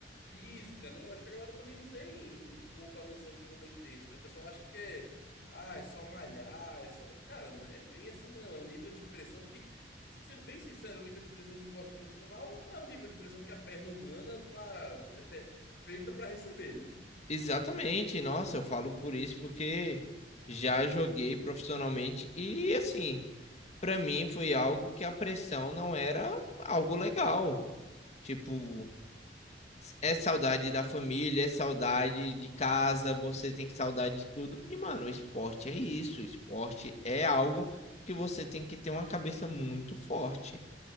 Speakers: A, on the left; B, on the left.
A: física, né? Eu acho que a galera também não tem um pouco a noção de como é intenso, né? O pessoal acha que é, ah, é só malhar, é só. Cara, não é bem assim, não. É um nível de pressão que, assim, sendo bem sincero, o nível de pressão do esporte profissional não é o nível de pressão que a perna humana tá <laughs> feita para receber, né?
B: Exatamente. Nossa, eu falo por isso porque já joguei profissionalmente e assim. para mim foi algo que a pressão não era algo legal. Tipo, é saudade da família, é saudade de casa, você tem que saudade de tudo. E, mano, o esporte é isso. O esporte é algo que você tem que ter uma cabeça muito forte.